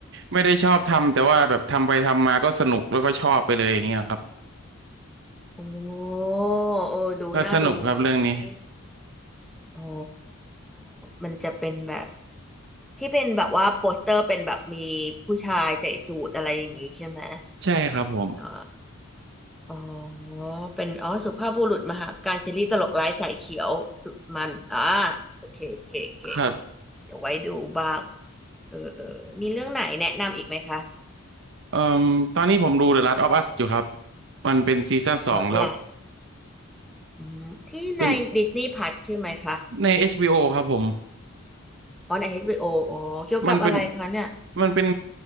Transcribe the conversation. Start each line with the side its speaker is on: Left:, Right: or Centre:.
Right: ไม่ได้ชอบทำแต่ว่าแบบทำไปทำมาก็สนุกแล้วก็ชอบไปเลยอย่างเงี้ยครับ
Centre: โอ้เออดูน่าดูเหมือนกันน้องมิน
Right: ก็สนุกครับเรื่องนี้
Centre: อ๋อมันจะเป็นแบบที่เป็นแบบว่าโปสเตอร์เป็นแบบมีผู้ชายใส่สูทอะไรอย่างนี้ใช่ไหม
Right: ใช่ครับผม
Centre: อ่า อ๋อเป็น อ๋อ สุภาพบุรุษมหาการซีรีส์ตลกร้ายสายเขียวสุดมันอ่าโอเคโอเคโอเค
Right: ครับ
Centre: เดี๋ยวไว้ดูบ้างเออเออ มีเรื่องไหนแนะนำอีกไหมคะ
Right: เอ่มตอนนี้ผมดู The Last of Us อยู่ครับมันเป็นซีซั่นสองแล้ว
Centre: The Last อืมที่ใน
Right: เป็น
Centre: Disney Plus ใช่ไหมคะ
Right: ใน HBO ครับผม
Centre: อ๋อใน h ร o ออ๋อ เกี่ยวกับอะไรคะเนี่ย
Right: มันเป็นมันเป็น